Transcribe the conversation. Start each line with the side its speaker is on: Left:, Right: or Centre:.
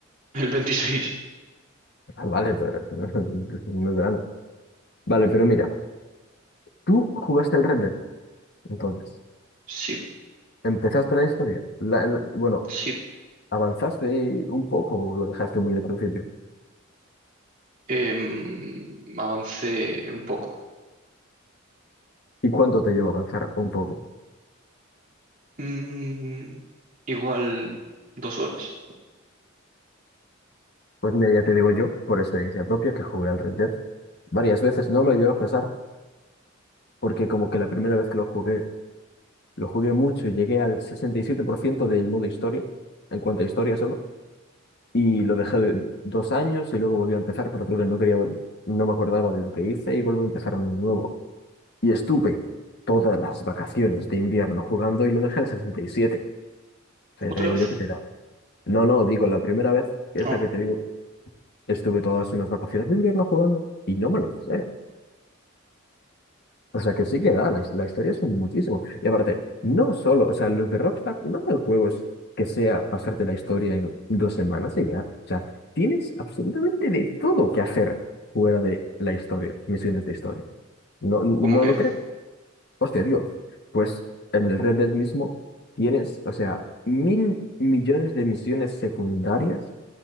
Right: El veintiséis
Left: Ah, vale, pero si no, <laughs> no es verano. Vale, pero mira, tú jugaste el Red Dead, entonces.
Right: Sí,
Left: Empezaste la historia. La- el- bueno,
Right: sí.
Left: ¿avanzaste un poco o lo dejaste muy al principio?
Right: Em, avancé un poco.
Left: ¿Y cuánto te llevó a avanzar un poco?
Right: Mm, igual dos horas.
Left: Pues mira, ya te digo yo, por experiencia propia, que jugué al Red Dead varias veces. No me lo llevo a pasar porque como que la primera vez que lo jugué Lo jugué mucho, llegué al 67% del modo historia, en cuanto a historia solo, y lo dejé de- dos años y luego volví a empezar, pero claro, no quería, no me acordaba de lo que hice y volví a empezar uno nuevo. Y estuve todas las vacaciones de invierno jugando y lo dejé al sesenta y siete O sea,
Right: ¿Otra
Left: ya te digo
Right: vez?
Left: yo que te da. No, no, digo, la primera vez, y esta
Right: No,
Left: que te digo, estuve todas unas vacaciones de invierno jugando y no me lo pasé. O sea, que sí que da, la, his- la historia son muchísimo. Y aparte, no solo, o sea, los de Rockstar no hacen juegos que sea pasarte la historia en dos semanas y ya. O sea, tienes absolutamente de todo que hacer fuera de la historia, misiones de historia. No, no
Right: ¿cómo que?
Left: lo crees. Hostia, digo, pues en el Red Dead mismo tienes, o sea, mil millones de misiones secundarias